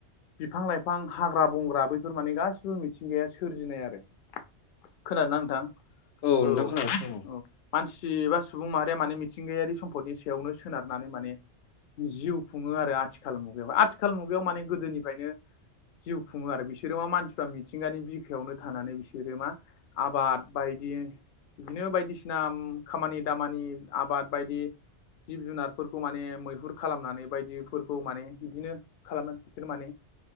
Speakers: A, on the left; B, on the left.
A: बिफां-लाइफां हाग्रा-बंग्रा बैफोर माने गासिबो मिथिंगाया सोरजिनाय आरो। खोनादों ना नोंथां
B: औ
A: औ
B: नोंथां खोनागासिनो दङ
A: औ। मानसि एबा सुबुं माहारिया माने मिथिंगायारि सम्फदनि सायावनो सोनारनानै माने जिउ खुङो आरो आथिखाल मुगायाव आथिखाल मुगायाव माने गोदोनिफायनो जिउ खुङो आरो बिसोरो मा मानसिफ्रा मिथिंगानि बिखायावनो थानानै बिसोरो मा आबाद बायदि बिदिनो बायदिसिना खामानि-दामानि आबाद बायदि जिब-जुनारफोरखौ माने मैहुर खालामनानै बायदिफोरखौ माने इदिनो खालामनानै बिसोर माने